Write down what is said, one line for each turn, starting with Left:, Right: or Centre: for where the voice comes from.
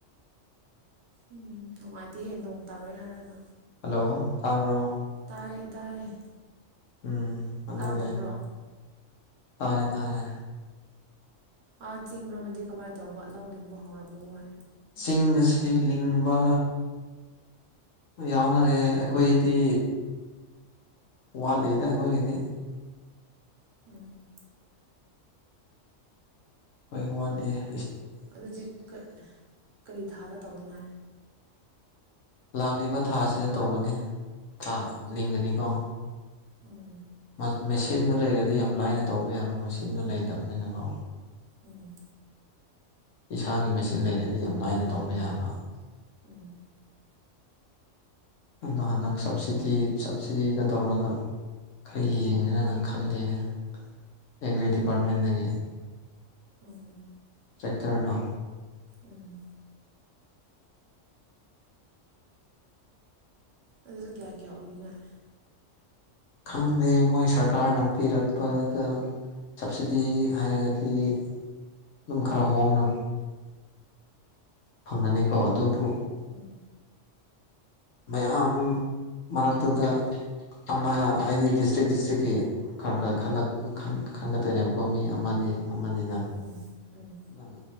Right: ꯎꯝ ꯅꯨꯡꯉꯥꯏꯇꯦꯍꯦ ꯅꯣꯡ ꯇꯥꯔꯣꯏ ꯍꯥꯏꯔꯒ
Left: ꯍꯜꯂꯣ ꯇꯥꯕ꯭ꯔꯣ
Right: ꯇꯥꯏꯌꯦ ꯇꯥꯏꯌꯦ
Left: ꯎꯝ ꯑꯗꯨꯅꯦ
Right: ꯇꯥꯗꯕ꯭ꯔꯣ
Left: ꯇꯥꯔꯦ ꯇꯥꯔꯦ
Right: ꯑꯥ ꯆꯤꯡꯔꯣꯝꯗꯗꯤ ꯀꯃꯥꯏꯅ ꯇꯧꯕ ꯂꯧꯂꯤꯡꯕ ꯍꯧꯔꯕ ꯃꯣꯏ
Left: ꯆꯤꯡꯗꯁꯦ ꯂꯤꯡꯕ ꯌꯥꯎꯅꯔꯦ ꯑꯩꯈꯣꯏꯗꯤ ꯋꯥꯠꯂꯤꯗ ꯑꯩꯈꯣꯏꯒꯤꯗꯤ
Right: ꯎꯝ
Left: ꯑꯩꯈꯣꯏ ꯋꯥꯠꯂꯤꯌꯦ
Right: ꯑꯗꯨꯗꯤ ꯀ ꯀꯔꯤ ꯊꯥꯗ ꯇꯧꯅꯤꯡꯉꯥꯏ
Left: ꯂꯥꯛꯂꯤꯕ ꯊꯥ ꯑꯁꯤꯗ ꯇꯧꯒꯅꯤ ꯊꯥ ꯂꯤꯡꯒꯅꯤꯀꯣ
Right: ꯎꯝ
Left: ꯃꯥ ꯃꯦꯁꯤꯟꯗꯣ ꯂꯩꯔꯗꯤ ꯌꯥꯝ ꯂꯥꯏꯅ ꯇꯧꯕ ꯌꯥꯕ ꯃꯁꯤꯟꯗꯣ ꯂꯩꯇꯕꯅꯤꯅꯀꯣ
Right: ꯎꯝ
Left: ꯏꯁꯥꯒꯤ ꯃꯦꯁꯤꯟ ꯂꯩꯔꯗꯤ ꯌꯥꯝ ꯂꯥꯏꯅ ꯇꯧꯕ ꯌꯥꯕ
Right: <inaudible>
Left: ꯑꯗꯣ ꯍꯟꯗꯛ ꯁꯕꯁꯤꯗꯤ ꯁꯕꯁꯤꯗꯤꯗ ꯇꯧꯔꯒ ꯈꯔ ꯌꯦꯡꯖꯤꯔꯅ ꯈꯜꯂꯤꯅꯦ ꯑꯦꯒ꯭ꯔꯤ ꯗꯤꯄꯥꯔꯠꯃꯦꯟꯗꯒꯤ
Right: ꯎꯝ
Left: ꯆꯦꯛꯇꯔꯗꯣ
Right: ꯎꯝ ꯑꯗꯨꯗ ꯀꯌꯥ ꯀꯌꯥ ꯑꯣꯏꯅꯤꯡꯉꯥꯏ
Left: ꯈꯪꯗꯦ ꯃꯣꯏ ꯁꯔꯀꯥꯔꯅ ꯄꯤꯔꯛꯄꯗ ꯁꯞꯕꯁꯤꯗꯤ ꯍꯥꯏꯔꯒꯗꯤ ꯑꯗꯨꯝ ꯈꯔ ꯍꯣꯡꯅ ꯐꯪꯒꯅꯤꯀꯣ ꯑꯗꯨꯐꯨ
Right: ꯎꯝ
Left: ꯃꯌꯥꯝ ꯃꯔꯛꯇꯨꯗ ꯑꯃ ꯍꯥꯏꯗꯤ ꯗꯤꯁꯇ꯭ꯔꯤꯛ ꯗꯤꯁꯇ꯭ꯔꯤꯛꯀꯤ ꯈꯔ ꯈꯔ ꯈꯟꯒꯠ ꯈꯟ ꯈꯟꯒꯠꯇꯣꯏꯅꯦꯕꯀꯣ ꯃꯤ ꯑꯃꯅꯤ ꯑꯃꯅꯤ ꯅ
Right: ꯎꯝ ꯎꯝ
Left: ꯑꯗꯨꯅ